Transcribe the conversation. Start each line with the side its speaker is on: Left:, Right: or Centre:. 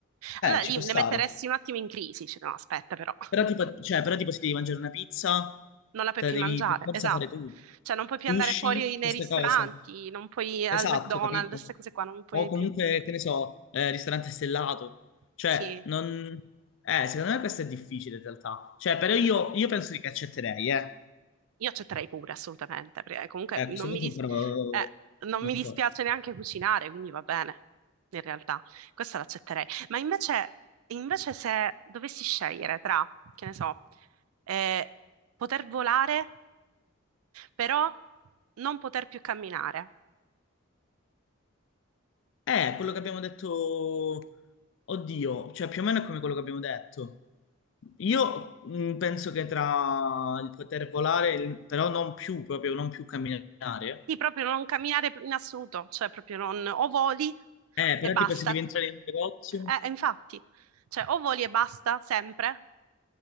Left: Eh,
Right: Allora
Left: ci
Right: lì
Left: può stare.
Right: le metteresti un attimo in crisi, dice, no, aspetta però, <laughs>
Left: Però tipo, cioè, però tipo se devi mangiare una pizza,
Right: non la puoi
Left: te
Right: più
Left: la devi
Right: mangiare,
Left: per forza
Right: esatto.
Left: fare tu.
Right: Cioè non puoi più
Left: Sushi,
Right: andare fuori nei
Left: queste
Right: ristoranti,
Left: cose.
Right: non puoi al
Left: Esatto,
Right: McDonald's,
Left: capito?
Right: queste cose qua, non puoi
Left: O comunque,
Right: più...
Left: che ne so, eh, ristorante stellato. Cioè,
Right: Sì,
Left: non... Eh, secondo me questo è difficile in realtà. Cioè, però io, io penso che accetterei, eh.
Right: io accetterei pure, assolutamente, perché comunque
Left: Eh, a
Right: non
Left: questo punto
Right: mi, dis-
Left: ancora... eh,
Right: eh, non
Left: Non
Right: mi dispiace
Left: so.
Right: neanche cucinare, quindi va bene, in realtà, questa l'accetterei. Ma invece, invece se dovessi scegliere tra, che ne so, eh, poter volare, però non poter più camminare,
Left: Eh, quello che abbiamo detto, oddio, cioè più o meno è come quello che abbiamo detto. Io mh, penso che tra il poter volare, e il- però non più, proprio non più camminare.
Right: sì, proprio non camminare in assoluto, cioè proprio non, o voli
Left: Eh,
Right: e
Left: però
Right: basta,
Left: tipo se devi entrare in un negozio,
Right: eh, infatti, cioè o voli e basta sempre,